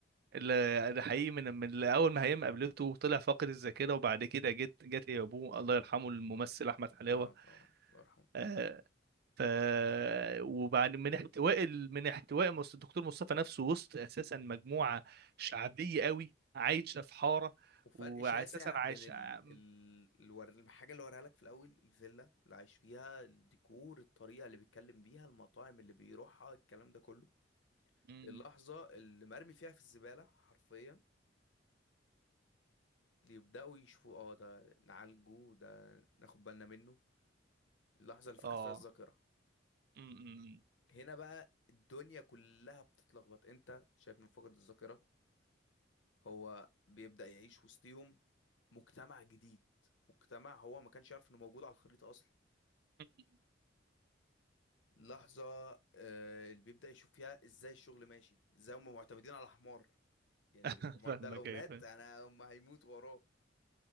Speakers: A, on the right; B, on the left.
A: ال- ده حقيقي من من اول ما هيم قابلته طلع فاقد الذاكره وبعد كده جت جت هي ابوه الله يرحمه الممثل احمد حلاوه
B: اه طبعا الله يرحمه
A: آه ف وبعد من احتواء ال- من احتواء مص- الدكتور مصطفى نفسه وسط اساسا مجموعه شعبيه قوي عايشه في حاره
B: وفرق
A: واساسا
B: شاسع بين
A: عايشه
B: ال...
A: م-
B: ال... الور... الحاجة اللي وريها لك في الأول الفيلا اللي عايش فيها الديكور الطريقة اللي بيتكلم بيها المطاعم اللي بيروحها الكلام ده كله
A: م-
B: اللحظة اللي مرمي فيها في الزبالة حرفيا ويبدأوا يشوفوا اه ده نعالجه ده ناخد بالنا منه اللحظة اللي فقد
A: اه
B: فيها الذاكرة
A: م- م-
B: هنا بقى الدنيا كلها بتتلخبط انت شايف من فقد الذاكرة هو بيبدأ يعيش وسطيهم مجتمع جديد مجتمع هو ما كانش يعرف انه موجود على الخريطة أصلا
A: م.
B: لحظة آه، اللي بيبدأ يشوف فيها ازاي الشغل ماشي ازاي هم معتمدين على حمار يعني
A: <laughs>
B: الحمار
A: فاهمك
B: ده لو مات
A: ايوه فاهم.
B: انا هم هيموت وراه